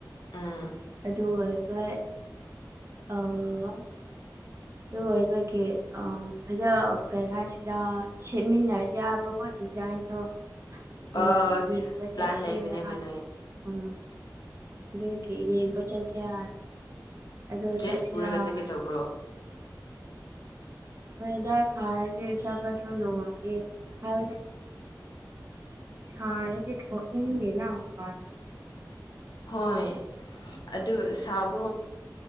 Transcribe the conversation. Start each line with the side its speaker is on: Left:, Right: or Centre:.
Left: ꯎꯝ
Right: ꯑꯗꯨ ꯑꯣꯏꯕꯩ ꯑ ꯑꯗꯨ ꯑꯣꯏꯕꯒꯤ ꯐꯖ ꯀꯩ ꯍꯥꯏꯁꯤꯔꯥ ꯁꯦꯠꯃꯤꯟꯅꯁꯦ ꯍꯥꯏꯕ ꯗꯤꯖꯥꯏꯟꯗꯣ ꯑꯗꯨ
Left: ꯑ
Right: ꯌꯦꯡꯕ ꯆꯠꯁꯦ
Left: ꯄ꯭ꯂꯥꯟ ꯂꯩꯕꯅꯦꯕ
Right: ꯍꯥꯏ
Left: ꯅꯣꯏ
Right: ꯎꯝ ꯂꯣꯏꯒꯤ ꯌꯦꯡꯕ ꯆꯠꯁꯤꯔ ꯍꯥꯏ ꯑꯗꯣ
Left: ꯗ꯭ꯔꯦꯁ
Right: ꯆꯠꯁꯤꯔꯥ
Left: ꯄꯨꯔꯒ ꯆꯠꯀꯦ
Right: ꯍꯥꯏꯗ
Left: ꯇꯧꯕ꯭ꯔꯣ
Right: ꯃꯣꯏꯗ ꯐꯔꯗꯤ ꯆꯠꯄꯁꯨ ꯅꯨꯡꯉꯥꯏꯌꯦ ꯍꯥꯏꯕꯗꯤ ꯁꯥꯔꯗꯤ ꯊꯣꯛꯅꯤꯡꯗꯦꯅ ꯃꯄꯥꯟꯒ
Left: ꯍꯣꯏ ꯑꯗꯨ ꯁꯥꯕ